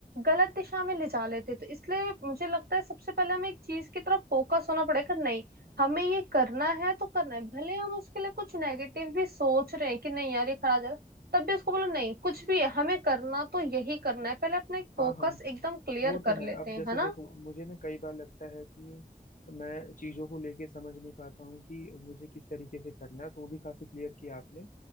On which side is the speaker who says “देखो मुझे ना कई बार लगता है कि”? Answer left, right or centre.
Left